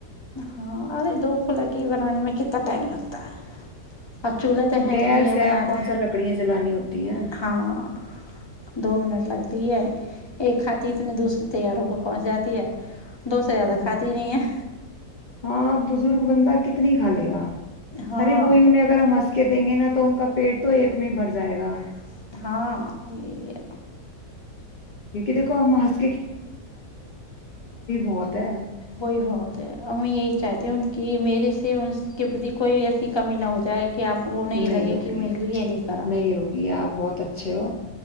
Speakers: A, on the left; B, on the left.
A: ہاں ارے دو پلا کی بنانے میں کتنا ٹائم لگتا ہے اب چولہے تو
B: وہ
A: ہے
B: گیس
A: نہیں بھیا
B: ہےپ
A: بنا
B: کون
A: دو
B: سا لکڑیاں جلانی ہوتی ہیں
A: ہاں دو منٹ لگتی ہے ایک کاتط اتنے دوسرے تیاروں پہ پہنچ جاتی ہے دو سےو
B: ہوں،
A: زیادہ کھاتی نہیں ہے
B: ہاں بزرگ بندہ کتنی کھا لے گا
A: ہاں
B: ارے وہی انہیں اگر ہم ہنس کے دیں گے نا تو ان کا پیٹ تو ایک میں ہی بھر جائے گا
A: گا ہاں یہی ہے
B: کہ دیکھو ہمس بہت ہے
A: وہی بہت ہے ا یہی چاہتی ہ کہ میرے سے اس کے پرتی کوئی ایسی کمی نہ ہو جائے کہ آپ وہ
B: نہیں
A: لگے
B: ہوگی
A: کہ میرے لیے یہ کرا
B: نہیں ہوگی آپ بہت اچھے ہو